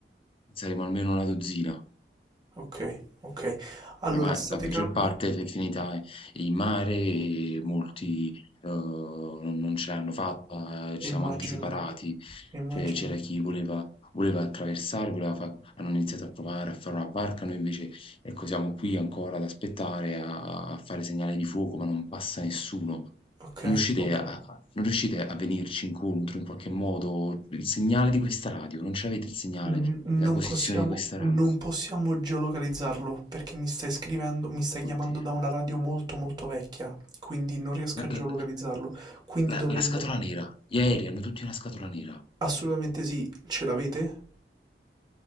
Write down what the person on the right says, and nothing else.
Ok, ok. Allora
state
calmi.
Immagino,
immagino.
Ok,
ok.
N- Non
possiamo,
non
possiamo geolocalizzarlo perché mi stai scrivendo, mi stai chiamando
da una radio molto molto vecchia, quindi non riesco
a geolocalizzarlo.
Quindi
dovremmo...
Assolutamente sì, ce l'avete?